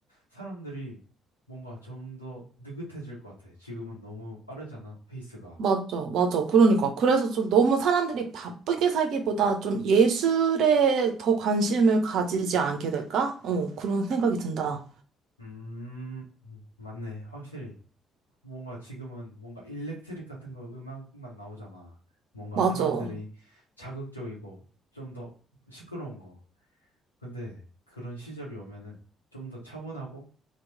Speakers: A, on the left; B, on the right.
A: 사람들이 뭔가 좀 더 느긋해질 것 같아. 지금은 너무 빠르잖아, 페이스가.
B: 맞아, 맞아. 그러니까. 그래서 좀 너무 사람들이 바쁘게 살기보다 좀 예술에 더 관심을 가지지 않게 될까? 어, 그런 생각이 든다.
A: 음, 맞네. 확실히. 뭔가 지금은 뭔가 일렉트릭 같은 거 음악만 나오잖아. 뭔가
B: 맞아.
A: 사람들이 자극적이고 좀 더 시끄러운 거. 근데 그런 시절이 오면은 좀 더 차분하고